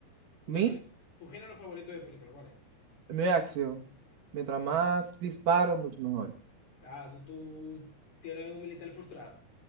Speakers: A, on the right (about 60°); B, on the left (about 45°).
A: Mi,
B: película? ¿Tu género favorito de película? ¿Cuál es?
A: mi acción. Mientras
B: ¿Y
A: más
B: cuál es?
A: disparo, mucho mejor.
B: Ah, tú, tú tienes un militar frustrado.